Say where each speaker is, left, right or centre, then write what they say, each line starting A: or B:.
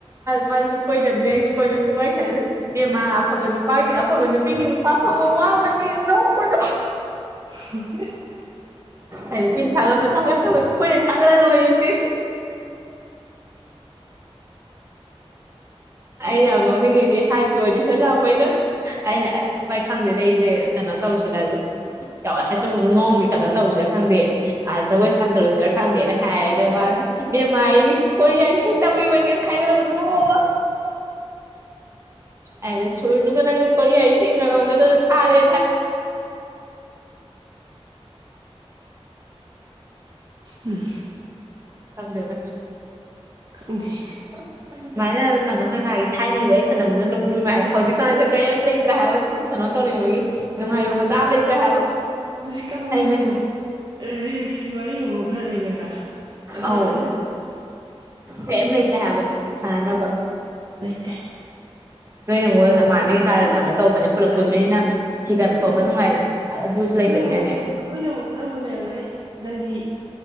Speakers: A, on the right (about 25°); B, on the right (about 45°).
A: ꯃꯥꯁꯨ ꯀꯣꯏꯅꯕꯅꯦ ꯑꯩꯁꯨ ꯀꯣꯏꯅꯕ ꯁꯨꯡ ꯋꯥꯔꯤ ꯁꯥꯟꯅꯗꯣꯢꯅꯦ ꯏꯕꯦꯝꯃꯥ ꯑꯐꯕ ꯅꯨꯄꯥꯒꯤ ꯑꯐꯕ ꯅꯨꯄꯤꯒꯤ ꯅꯨꯄꯥ ꯐꯪꯕ ꯋꯥꯕꯅꯤ ꯅꯣꯛꯄꯖꯤ
B: <unintelligible>
A: ꯑꯥ ꯃꯤ ꯊꯥꯒꯠꯄ ꯊꯥꯒꯠ ꯑꯈꯣꯢꯅ ꯊꯥꯒꯠꯂ ꯂꯣꯢꯔꯦꯁꯦ ꯑꯩꯅ ꯌꯥꯝ ꯅꯣꯛꯅꯤꯡꯉꯤꯗꯤ ꯍꯥꯏꯠꯀꯤ ꯑꯣꯏꯗꯤꯁꯟ ꯂꯥꯛꯄꯩꯗꯣ ꯑꯩꯅ ꯑꯁ ꯚꯥꯏ ꯈꯪꯗꯦꯗ ꯑꯩꯁꯦ ꯀꯩꯅꯣ ꯇꯧꯁꯤꯗ <unintelligible> ꯀꯩꯅꯣ ꯇꯧꯁꯦ ꯈꯪꯗꯦ ꯖꯒꯣꯏ ꯁꯥꯁꯔꯨꯁꯤꯔ ꯈꯪꯗꯦꯅ ꯍꯥꯏ ꯑꯗꯨꯒꯗ ꯃꯥꯃꯥꯏ ꯏꯕꯦꯝꯃꯥ ꯑꯩ ꯀꯣꯔꯤꯌꯥꯒꯤ ꯇꯝꯃꯤꯕꯅꯦ ꯍꯥꯏꯒꯠꯂꯛꯄꯩ ꯅꯣꯛꯄ ꯑꯥꯅ ꯁꯨꯔꯗꯨꯒ ꯅꯪꯅ ꯀꯣꯔꯤꯌꯥ ꯏꯁꯩ ꯉꯪꯉꯝꯒꯗꯕ ꯊꯥꯔꯦ
B: ꯎꯝ
A: ꯈꯪꯗꯦꯗ
B: ꯈꯪꯗꯦ
A: <unintelligible> ꯁꯨꯃꯥꯏꯅ ꯀꯩꯅꯣ ꯀꯩꯀꯥꯒꯤ ꯊꯥꯏꯅꯕ ꯑꯩ ꯁꯥꯟꯝꯅꯅꯨꯡꯅꯤꯡꯕ ꯍꯥꯏꯕ ꯍꯧꯖꯤꯛꯀꯥꯟꯁꯦ ꯀꯔꯤꯝ ꯂꯩꯇ꯭ꯔꯥ ꯍꯥꯏꯕ ꯀꯩꯅꯣ ꯇꯧꯅꯤꯡꯕꯩ ꯅꯨꯡꯉꯥꯏꯕ ꯃꯇꯥ ꯂꯩꯇ꯭ꯔꯦ ꯍꯥꯏꯕ
B: ꯍꯧꯖꯤꯛꯀꯥꯟꯕꯨ
A: ꯑꯩꯅꯦ
B: ꯀꯩꯅꯣ ꯔꯤꯜꯁꯀꯤ ꯋꯥꯔꯤꯒꯨꯝꯕ ꯈꯔ ꯂꯩꯒꯗ꯭ꯔꯥ ꯑꯗꯨ
A: ꯑꯧ
B: ꯅꯠꯇꯅ
A: ꯀꯔꯤꯝ ꯂꯩꯇꯦ ꯍꯥꯏꯕ ꯁꯥꯟꯅꯅꯕ
B: ꯂꯩꯇꯦ
A: ꯅꯣꯏꯅꯉꯣ ꯅꯃꯥꯟꯅꯕꯤ ꯀꯩꯅꯣ
B: ꯑꯗꯣ
A: ꯇꯧꯕꯅꯦ ꯄꯨꯂꯞ
B: ꯍꯣꯏ
A: ꯀꯨꯕꯅꯤꯅ ꯍꯤꯒꯠ ꯈꯣꯠꯄ ꯅꯨꯡꯉꯥꯏꯗꯅ ꯑꯗꯨꯁꯨ
B: ꯑꯩꯈꯣꯏꯅ
A: ꯂꯩꯇꯕꯅꯤꯅꯅꯦ
B: ꯑꯃꯨꯛ ꯑꯩꯈꯣꯏꯅ ꯑꯃꯨꯛ ꯈꯔꯕꯨ ꯂꯩꯔꯝꯒꯅꯤ ꯅꯪꯗꯤ